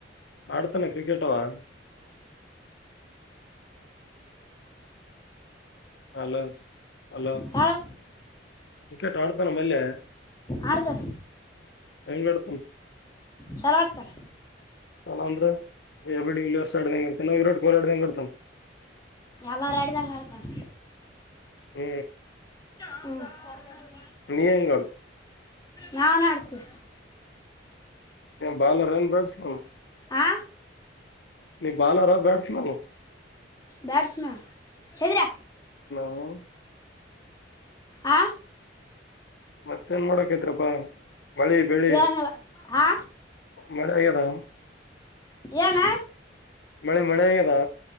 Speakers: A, on the left (about 65°); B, on the left (about 20°).
A: ಆಡ್ತಾನ ಕ್ರಿಕೆಟ ಅವಾ. ಹಲೋ ಹಲೋ
B: ಯಾರು
A: ಕ್ರಿಕೆಟ್ ಆಡ್ತಾನ ಮಲ್ಯಾ.
B: ಆಡ್ತಾನ.
A: <unintelligible>
B: ಚೊಲೋ ಆಡತನ.
A: <unintelligible> ಎಬಿಡಿ ವಿಲರ್ಸ್ ಆಡದಂಗ್ ಆಡ್ತನ ವಿರಟ್ ಕೊಹ್ಲಿ ಆಡದಂಗ್ ಆಡ್ತ. <unintelligible>
B: ಎಲ್ಲಾರು ಆಡಿದಂಗ ಆಡ್ತನ.
A: ಹ್ಮ್
B: ಹ್ಮ
A: ನಿಯಂಗ ಆಡ್ಸಿ.
B: ನಾನ ಆಡ್ತಿ.
A: ಬೌಲರ ಆ ಬ್ಯಾಟ್ಸಮನ್.
B: ಆ
A: ನೀ ಬಾಲರ ಬ್ಯಾಟ್ಸ್ಮನ.
B: ಬ್ಯಾಟ್ಸ್ಮ್ಯಾನ <unintelligible>
A: ಹಾ
B: ಆ
A: ಮತ್ತೇನ್ ಮಾಡಕ್. <unintelligible> ಮಳಿ ಬೆಳಿ
B: ಏನಿಲ್ಲ ಹಾ
A: ಮಳೆ ಆಗ್ಯಾದ.
B: ಏನ?
A: ಮಳೆ ಮಳಿ ಆಗದಾ